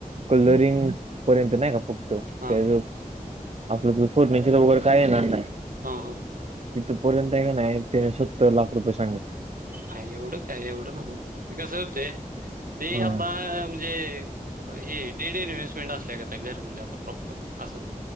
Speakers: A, on the right (about 50°); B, on the right (about 75°).
A: कलरिंग पर्यंत नाही ना प त.
B: हा
A: त्याजवळ आपल्या दृश फर्निचर वगरे काय येणार नाय.
B: हा हा
A: तिथपर्यंत त का नाही त्यानं सत्तर लाख रुपये सांगितल
B: हा एवढं काय? एवढं नव्हं. ते कस होते ते
A: हा
B: आता म्हणजे हे डेली इन्व्हेस् घर म्हणजे आता प्रॉपर आस